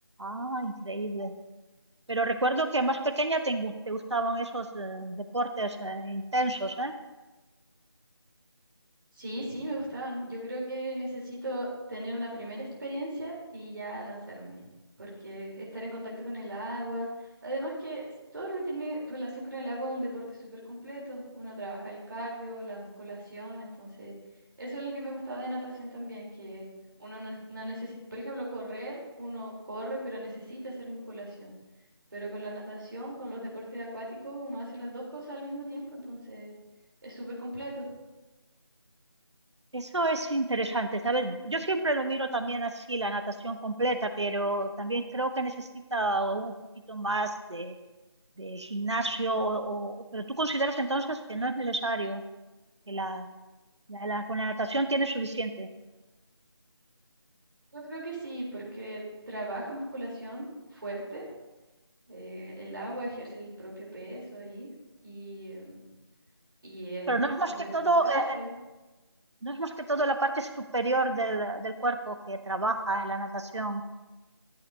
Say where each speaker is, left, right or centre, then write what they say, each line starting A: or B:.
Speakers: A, on the right (about 75°); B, on the right (about 50°).
A: ah, increíble. Pero recuerdo que más pequeña te, gu- te gustaban esos eh, deportes eh, intensos, ¿eh?
B: Sí, sí, me gustaban. Yo creo que necesito tener una primera experiencia y ya lanzarme, porque estar en contacto con el agua, además que s- todo lo que tiene relación con el agua es un deporte súper completo. Uno trabaja el cardio, la musculación, entonces eso es lo que me gustaba de natación también, que uno no, no necesita, por ejemplo, correr, uno corre, pero necesita hacer musculación. Pero con la natación, con los deportes acuáticos, uno hace las dos cosas al mismo tiempo, entonces es súper completo.
A: Eso es interesante, ¿sabes? Yo siempre lo miro también así, la natación completa, pero también creo que necesita un poquito más de, de gimnasio, o, o- pero tú consideras entonces que no es necesario, que la, la- la- con la natación tiene suficiente.
B: Yo creo que sí, porque trabaja musculación fuerte, eh, el agua ejerce el propio peso ahí y, mm, y es
A: Pero no es más
B: completamente
A: que todo,
B: cardio.
A: eh, eh, no es más que todo la parte superior del, del cuerpo que trabaja en la natación.